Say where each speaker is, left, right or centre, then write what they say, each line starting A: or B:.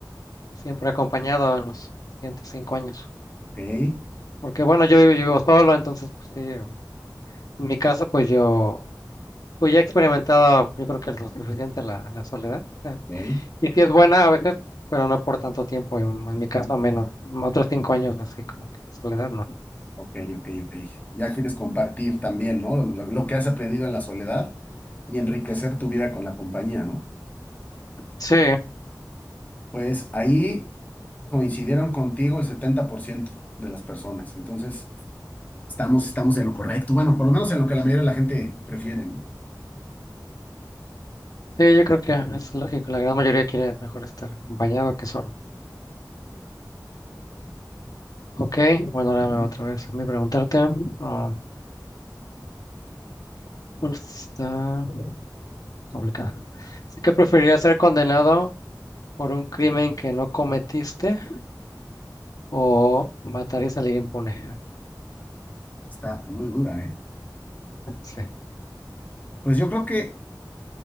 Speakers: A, on the left; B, on the left.
A: siempre acompañado en los siguientes cinco años.
B: Ok,
A: Porque bueno, yo vivo, yo vivo solo, entonces pues sí, en mi caso pues yo pues ya he experimentado, yo creo que es lo suficiente la, la soledad. Eh,
B: ok,
A: Y si es buena a veces, pero no por tanto tiempo, en, en mi caso menos, otros cinco años así como que soledad, ¿no?
B: ok, ok, ok. Ya quieres compartir también, ¿no? Lo, lo lo que has aprendido en la soledad y enriquecer tu vida con la compañía, ¿no?
A: Sí,
B: Pues ahí coincidieron contigo el 70% de las personas. Entonces, estamos, estamos en lo correcto. Bueno, por lo menos en lo que la mayoría de la gente prefiere, ¿no?
A: sí, yo creo que es lógico, la gran mayoría quiere mejor estar acompañado que solo. Ok, bueno, ahora
B: A ver,
A: me va otra vez a mí preguntarte. ah, bueno, está complicada. Así que preferirías ser condenado por un crimen que no cometiste o matar y salir impune.
B: está muy dura, ¿eh?
A: Sí.
B: Pues yo creo que,